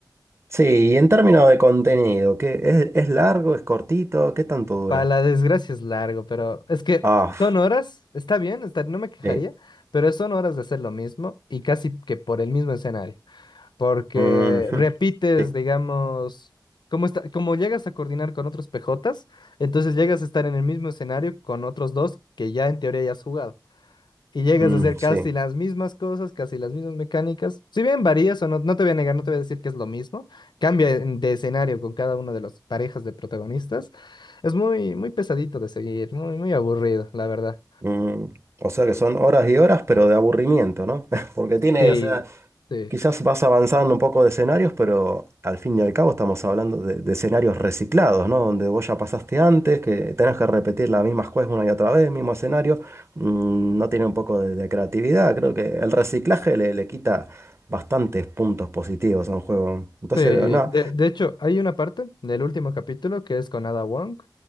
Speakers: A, on the right; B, on the left.
A: sí, y en términos de contenido, ¿qué es, es largo, es cortito? ¿Qué tanto dura?
B: Para la desgracia es largo, pero es que
A: Ah,
B: son horas, está bien, está- no me quejaría,
A: sí.
B: pero son horas de hacer lo mismo y casi que por el mismo escenario, porque
A: ujú,
B: repites,
A: Sí.
B: digamos, como está, como llegas a coordinar con otros PJs, entonces llegas a estar en el mismo escenario con otros dos que ya en teoría ya has jugado y llegas
A: mm,
B: a hacer casi
A: sí.
B: las mismas cosas, casi las mismas mecánicas. Si bien varías o no, no te voy a negar, no te voy a decir que es lo mismo. Cambia en- de escenario con cada una de las parejas de protagonistas. Es muy, muy pesadito de seguir, muy, muy aburrido, la verdad.
A: Mm, o sea que
B: Sí,
A: son horas y horas, pero de aburrimiento, ¿no? <laughs> Porque tiene,
B: sí,
A: o sea,
B: sí.
A: quizás vas avanzando un poco de escenarios, pero al fin y al cabo estamos hablando de, de escenarios reciclados, ¿no? Donde vos ya pasaste antes, que tenés que repetir las mismas cosas una y otra vez, mismo escenario. Mm, no tiene un poco de, de creatividad. Creo que el reciclaje le, le quita bastantes puntos positivos a un juego. Entonces,
B: sí.
A: nada.
B: De, de hecho, hay una parte del último capítulo que es con Ada Wong.